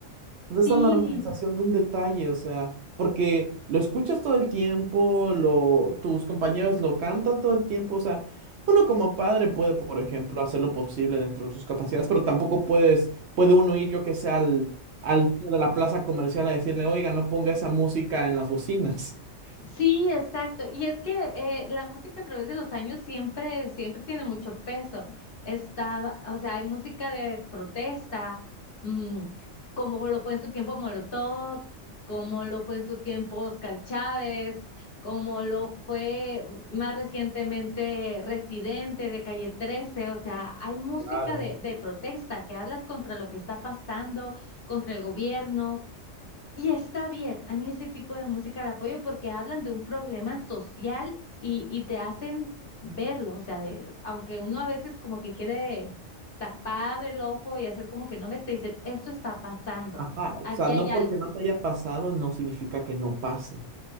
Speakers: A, on the right; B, on the left.
A: Pues
B: Sí.
A: esa normalización de un detalle, o sea, porque lo escuchas todo el tiempo, lo, tus compañeros lo cantan todo el tiempo, o sea, uno como padre puede, por ejemplo, hacer lo posible dentro de sus capacidades, pero tampoco puedes, puede uno ir, yo que sé, al, al dueño de la plaza comercial a decirle, oiga, no ponga esa música en las bocinas.
B: Sí, exacto. Y es que eh, la música a través de los años siempre, siempre tiene mucho peso. Estaba, o sea, hay música de protesta, mm, como lo fue en su tiempo Molotov, como lo fue en su tiempo Oscar Chávez, como lo fue mm, más recientemente Residente de Calle 13. O sea, hay música
A: Claro.
B: de, de protesta que hablas contra lo que está pasando, contra el gobierno y está bien, a mí ese tipo de música la apoyo porque hablan de un problema social y, y te hacen verlo, o sea, de, aunque uno a veces como que quiere tapar el ojo y hacer como que no ves, te dicen, esto está pasando,
A: Ajá, o
B: aquí
A: sea,
B: hay
A: no
B: algo.
A: porque no te haya pasado no significa que no pase.